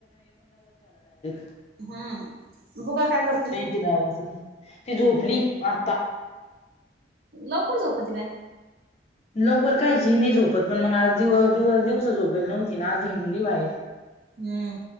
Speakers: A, on the left (about 35°); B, on the right (about 55°).
A: <inaudible>
B: हुं. बघुया काय करती?
A: तिला आवाज द्या. ती झोपली आता.
B: लवकर झोपती बाय.
A: लवकर कायची नाही झोपत, पण मग आज दिव दिव दिवस झोपेल नव्हती ना, आज हिंडली बाहेर
B: हम्म